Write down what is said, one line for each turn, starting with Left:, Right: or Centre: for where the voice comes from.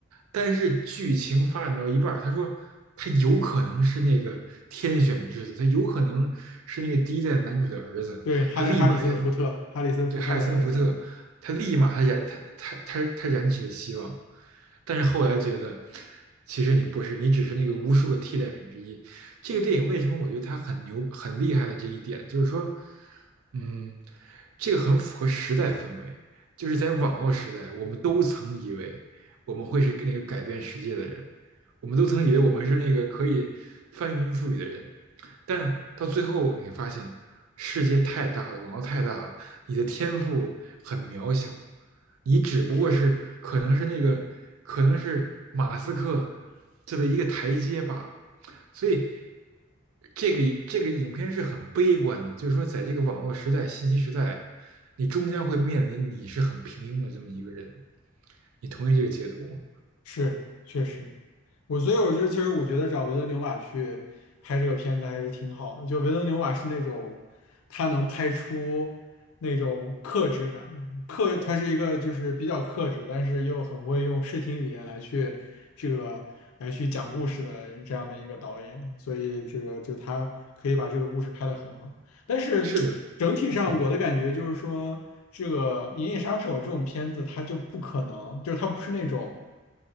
Right: 但是剧情发展到一半他说。他有可能是那个天选之子，他有可能是那个第一代男主的儿子，
Left: 对，哈雷哈里森福特，
Right: 他立马燃
Left: 哈里森福特的儿子
Right: 对哈里森福特，他立马他燃他他他他燃起了希望，但是后来觉得其实你不是，你只是那个无数个替代品之一。这个电影为什么我觉得它很牛很厉害的这一点，就是说，嗯，这个很符合时代氛围，就是在网络时代，我们都曾以为我们会是那个改变世界的人。我们都曾以为我们是那个可以翻云覆雨的人，但是到最后你会发现，世界太大了，网络太大了，你的天赋很渺小，你只不过是可能是那个可能是马斯克
Left: 是。
Right: 这的一个台阶吧。所以这个这个影片是很悲观的，就是说在这个网络时代、信息时代啊，你终将会面临你是很平庸的这么一个人。你同意这个解读吗？
Left: 是确实。我所以我就其实我觉得找维伦纽瓦去拍这个片子还是挺好的。就维伦纽瓦是那种他能拍出那种克制感，克他是一个就是比较克制，但是又很会用视听语言来去这个来去讲故事的这样的一个导演。所以这个就他可以把这个故事拍得很好。但是整体上我的感觉就是说，
Right: 是的，嗯。
Left: 这个《银翼杀手》这种片子它就不可能，就是它不是那种。